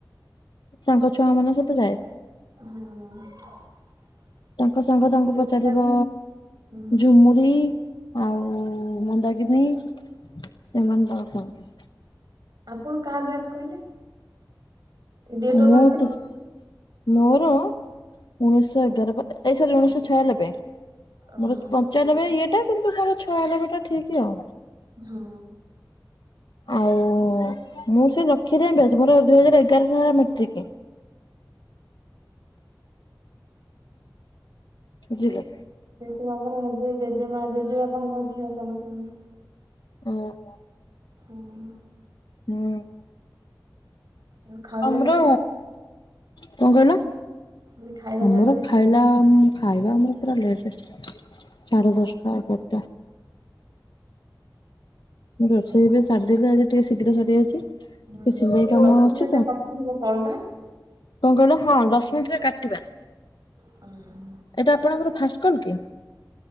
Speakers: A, on the left (about 80°); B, on the right (about 65°).
A: ସାଙ୍ଗଛୁଆ ମାନ ସାଥ ଯାଏ।
B: ହଁ।
A: ତାଙ୍କ ସାଙ୍ଗ ତାଙ୍କୁ
B: ସ୍କୁଲ
A: ପଚାରିବ
B: ଟାଇମ ହୁଁ
A: ଝୁମରି ଆଉ ମନ୍ଦାଗନି ଏମାନେ ତ ସବୁ।
B: ଆପଣ କାହା ବିଆଜ କହିଲେ? ଡେଟ୍ ଅଫ୍
A: ମୁଁ
B: ବାର୍ଥ କେତେ?
A: ତ ମୋର ଉଣେଇଶଶହ ଏଗାର ଏଇ ସରି ଉଣେଇଶହ ଛୟାନବେ।
B: ଓହୋ
A: ମୋର ପଞ୍ଚାନବେ ଇଏଟା କିନ୍ତୁ ମୋର ଛୟାନବେ ଟା ଠିକ ଆଉ।
B: ହଁ।
A: ଆଉ ମୁଁ ସେ ରଖିଦ ମୋର ଦୁଇ ହଜାର ଏଗାର ଟା ହେଲା ମଟ୍ରିକ। ବଝିଲ?
B: ସେ ସବୁ ଆମର ହେବେ ଜେଜେମା ଜେଜେବାପାଙ୍କ ଝିଅ ସବୁ ସେମାନେ।
A: ଓହୋ।
B: ହୁଁ।
A: ହୁଁ
B: ଆଉ ଖାଉଛନ୍ତି
A: ଆମର
B: କେତେବେଳେ?
A: କଅଁ କହିଲ
B: କହିଲି ଖାଇବା
A: ଆମର
B: ଟାଇମ କେତେବେଳେ?
A: ଖାଇଲା ଖାଇବା ଆମର ପୁରା ଲେଟ୍ ସାଢ଼େ ଦଶଟା ଉପରେ। ମୁଁ ରୋଷେଇ ଏବେ ସାରିଦେଲୁ ଆଜି ଟିକେ ଶୀଘ୍ର ସରିଯାଇଛି। ଟିକେ
B: ହୁଁ
A: ସିଲେଇ
B: ଏଇଟା
A: କାମ
B: ଦଶମିଣ୍ଟିଟରେ
A: ଅଛି
B: ଏହନା କଟି ଯିବ କଲ ଟା।
A: କଅଁ କହିଲ ହଁ ଦଶ ମିନିଟ ରେ କାଟିବା।
B: ହଁ ହ।
A: ଏଇଟା ଆପଣଙ୍କର ଫାଷ୍ଟ କଲ୍ କି?